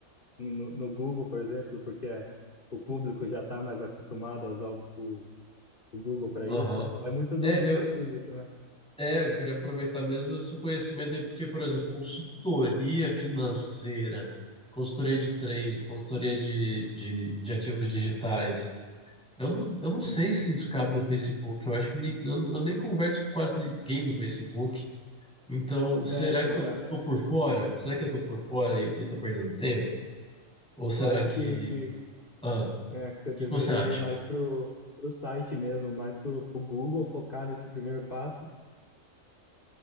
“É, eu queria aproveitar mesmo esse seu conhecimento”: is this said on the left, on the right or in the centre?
Centre